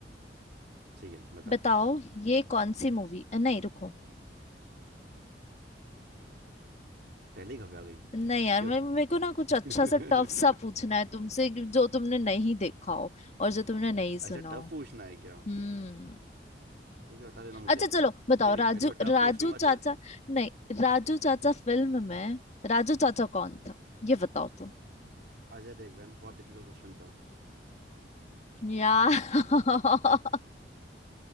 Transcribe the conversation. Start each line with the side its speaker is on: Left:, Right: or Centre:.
Right: ठीक है बता
Left: बताओ ये कौन सी मूवी नहीं रुको
Right: पहले ही घबरा गई
Left: नहीं यार
Right: क्यों
Left: मैं मेरे को ना कुछ
Right: <laughs>
Left: अच्छा सा टफ सा पूछना है तुमसे कि जो तुमने नहीं देखा हो और जो तुमने नहीं सुना
Right: अच्छा
Left: हो
Right: टफ पूछना है क्या
Left: हम्म
Right: ठीक है बता देना मुझे
Left: अच्छा चलो बताओ
Right: कोई दिक्कत
Left: राजू
Right: नहीं बेटा
Left: राजू
Right: पूछ लूंगा
Left: चाचा
Right: चल
Left: नहीं राजू चाचा फिल्म में राजू चाचा कौन था ये बताओ तुम
Right: अजय देवगन बहुत डिफिकल्ट क्वेश्चन था
Left: यार <laughs>